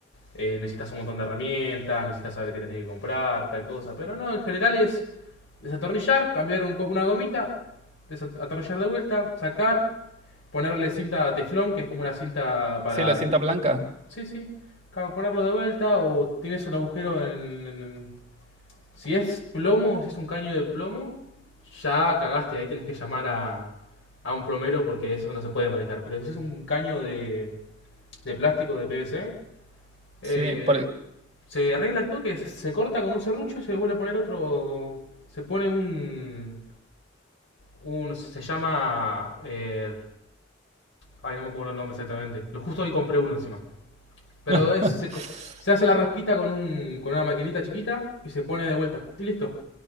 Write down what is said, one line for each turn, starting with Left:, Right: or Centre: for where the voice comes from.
Left: Eh, necesitas un montón de herramientas, necesitas saber qué tenés que comprar, tal cosa. Pero no, en general es desatornillar, cambiar un una gomita, desatornillar de vuelta, sacar, ponerle cinta teflón, que es como una cinta para...
Right: Sí, la cinta blanca.
Left: Sí, sí, ca- ponerlo de vuelta o tienes un agujero en, en- si es plomo, si es un caño de plomo, ya cagaste, ahí tenés que llamar a, a un plomero porque eso no se puede manejar. Pero si es un caño de, de plástico de PVC, eh,
Right: Sí, por,
Left: se arregla el toque, se, se corta con un serrucho y se vuelve a poner otro. Se pone un. un se llama. eh, ay, no me acuerdo el nombre exactamente. Lo justo hoy compré uno encima. Pero
Right: <laughs>
Left: es, se, se hace la rosquita con, un, con una maquinita chiquita y se pone de vuelta. Y listo.